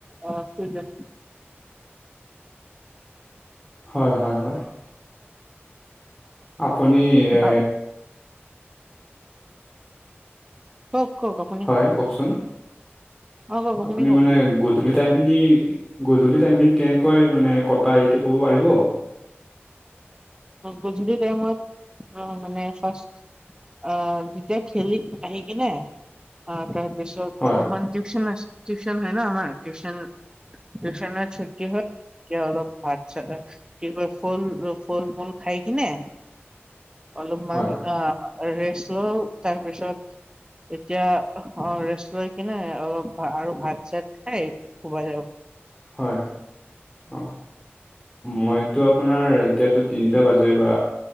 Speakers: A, on the right; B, in the centre.
A: অ শুই যাম।
B: হয় হয় হয়। আপুনি এ
A: অ কওঁক কওঁক
B: হয় কওকচোন
A: অ কওক
B: আপুনি
A: কওক
B: মানে গ ধূলি টাইমখিনি গধূলি টাইমখিনি কেনেকৈ মানে কটায় সেইটো ক'ব পাৰিব।
A: গধূলি টাইমত অঁ মানে ফাৰ্ষ্ট অঁ যেতিয়া খেলি আহি কিনে অঁ তাৰপিছত
B: হয়
A: অলপমান টিউচন আ টিউচন হয় ন, আমাৰ টিউচন টিউচনৰ ছুটি হয় তেতিয়া অলপ ভাত চাত কি কয় ফুল ফল মূল খাই কিনে, অলপমান
B: হয়
A: আঁ ৰেষ্ট ল‌ওঁ তাৰপিছত এতিয়া অ ৰেষ্ট লৈ কিনে অলপ আৰু ভাত চাত খাই শুব যাওঁ।
B: হয় অঁ। মইতো আপোনাৰ এতিয়াতো তিনিটা বাজে বা